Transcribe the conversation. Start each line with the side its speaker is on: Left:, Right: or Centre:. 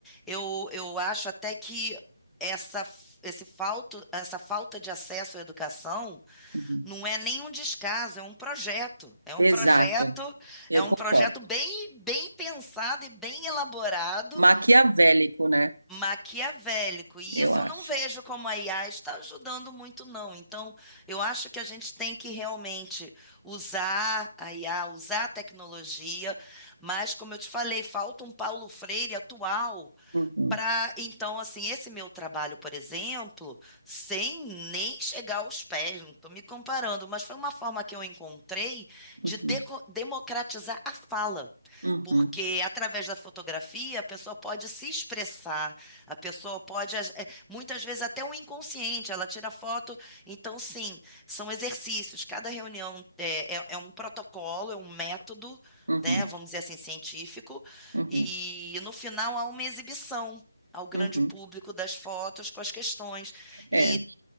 Centre: eu, eu acho até que essa, esse falto, essa falta de acesso à educação
Right: Uhum.
Centre: não é nem um descaso, é um projeto. É um
Right: Exato,
Centre: projeto,
Right: eu
Centre: é um
Right: concordo.
Centre: projeto bem, bem pensado e bem elaborado
Right: Maquiavélico, né?
Centre: maquiavélico. E
Right: Eu
Centre: isso
Right: acho.
Centre: eu não vejo como a IA está ajudando muito, não. Então, eu acho que a gente tem que realmente usar a IA, usar a tecnologia, mas, como eu te falei, falta um Paulo Freire atual.
Right: Uhum,
Centre: Para, então, assim, esse meu trabalho, por exemplo, sem nem chegar aos pés, não estou me comparando, mas foi uma forma que eu encontrei de
Right: uhum,
Centre: deco- democratizar a fala.
Right: uhum,
Centre: Porque através da fotografia a pessoa pode se expressar, a pessoa pode, as- eh, muitas vezes até o inconsciente, ela tira foto. Então, sim, são exercícios. Cada reunião é, é- é um protocolo, é um método,
Right: uhum,
Centre: né, vamos dizer assim, científico,
Right: uhum,
Centre: e
Right: uhum.
Centre: no final há uma exibição ao grande
Right: uhum.
Centre: público das fotos com as questões.
Right: É.
Centre: E,